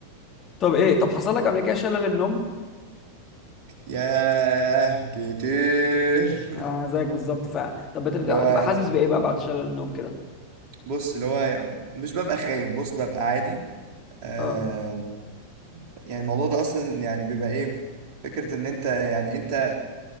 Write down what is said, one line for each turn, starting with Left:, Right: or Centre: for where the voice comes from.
Left: طب ايه طب حصل لك قبل كده شلل النوم
Right: ياه كتير <laughs>
Left: آه زيك بالظبط فعلا طب بتبقى
Right: اللي هو
Left: بتبقى حاسس بايه بقى بعد شلل النوم كده
Right: بص اللي هو مش ببقى خايف بص ببقى عادي آه
Left: اه
Right: يعني الموضوع ده أصلا يعني بيبقى إيه فكرة إن أنت يعني أنت